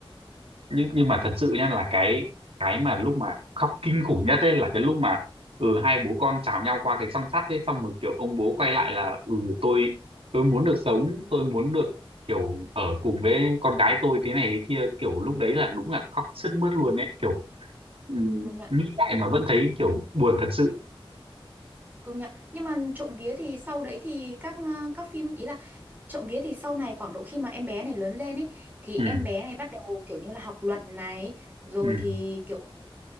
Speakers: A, on the right; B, on the right.
A: nhưng nhưng mà thật sự nha là cái cái mà lúc mà khóc kinh khủng nhất ấy là cái lúc mà ừ hai bố con chào nhau qua cái song sắt ấy xong rồi kiểu ông bố quay lại là ừ tôi tôi muốn được sống tôi muốn được kiểu ở cùng với con gái tôi thế này thế kia kiểu lúc đấy là đúng là khóc sướt mướt luôn đấy kiểu ừ,
B: công nhận
A: nghĩ lại mà vẫn thấy kiểu buồn thật sự
B: Công nhận. Nhưng mà trộm vía thì sau đấy thì các ờ, các phim ý là trộm vía thì sau này khoảng độ khi mà em bé này lớn lên ấy thì
A: ừ
B: em bé này bắt đầu kiểu như là học luật này rồi
A: ừ
B: thì kiểu